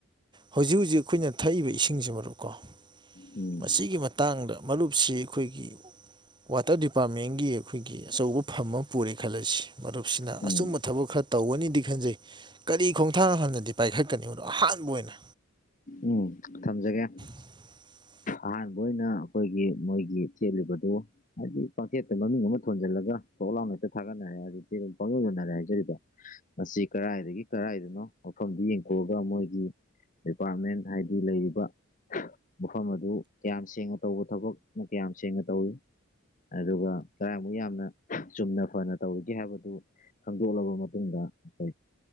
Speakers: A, on the right (about 20°); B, on the left (about 40°).
A: ꯍꯧꯖꯤꯛ ꯍꯧꯖꯤꯛ ꯑꯩꯈꯣꯏꯅ ꯊꯛꯏꯕ ꯏꯁꯤꯡꯁꯤ ꯃꯔꯨꯞꯀꯣ
B: ꯎꯝ
A: ꯃꯁꯤꯒꯤ ꯃꯇꯥꯡꯗ ꯃꯔꯨꯞꯁꯤ ꯑꯩꯈꯣꯏꯒꯤ ꯋꯥꯇꯔ ꯗꯤꯄꯥꯔꯠꯃꯦꯟꯒꯤ ꯑꯩꯈꯣꯏꯒꯤ ꯑꯆꯧꯕ ꯐꯝ ꯑꯃ ꯄꯨꯔꯦ ꯈꯜꯂꯁꯤ ꯃꯔꯨꯞꯁꯤꯅ
B: ꯎꯝ
A: ꯑꯆꯨꯝꯕ ꯊꯕꯛ ꯈꯔ ꯇꯧꯒꯅꯤꯗꯤ ꯐꯦꯟꯖꯩ ꯀꯔꯤ ꯈꯣꯡꯊꯥꯡ ꯍꯥꯟꯅꯗꯤ ꯄꯥꯏꯈꯠꯀꯅꯤ ꯃꯗꯣ ꯑꯍꯥꯟꯕ ꯑꯣꯏꯅ
B: ꯎꯝ ꯊꯝꯖꯒꯦ
A: <unintelligible>
B: ꯑꯍꯥꯟꯕ ꯑꯣꯏꯅ ꯑꯩꯈꯣꯏꯒꯤ ꯃꯣꯏꯒꯤ ꯆꯦꯜꯂꯤꯕꯗꯨ ꯍꯥꯏꯗꯤ ꯄꯥꯡꯊꯦꯠꯇ ꯃꯃꯤꯡ ꯑꯃ ꯊꯣꯟꯖꯜꯂꯒ ꯊꯣꯛꯂꯥꯎꯅ ꯍꯦꯛꯇ ꯊꯥꯒꯠꯅꯔꯦ ꯑꯗꯨꯗꯤ ꯄꯥꯡ ꯅꯣꯟꯗꯔꯦ ꯍꯥꯏꯖꯔꯤꯕ ꯃꯁꯤ ꯀꯔꯥꯏꯗꯒꯤ ꯀꯔꯥꯏꯗꯅꯣ ꯃꯐꯝꯗꯨ ꯌꯦꯡꯊꯣꯛꯑꯒ ꯃꯣꯏ ꯒꯤ ꯗꯤꯄꯥꯔꯠꯃꯦꯟ ꯍꯥꯏꯗꯤ ꯂꯩꯔꯤꯕ ꯃꯐꯝ ꯑꯗꯨ ꯀꯌꯥꯝ ꯁꯦꯡꯅ ꯇꯧꯕ ꯊꯕꯛꯅꯣ ꯀꯌꯥꯝ ꯁꯦꯡꯅ ꯇꯧꯏ ꯑꯗꯨꯒ ꯀꯌꯥꯃꯨꯛ ꯌꯥꯝꯅ ꯆꯨꯝꯅ ꯐꯅ ꯇꯧꯔꯤꯒꯦ ꯍꯥꯏꯕꯗꯨ ꯈꯪꯗꯣꯛꯂꯕ ꯃꯇꯨꯡꯗ ꯑꯩꯈꯣꯏ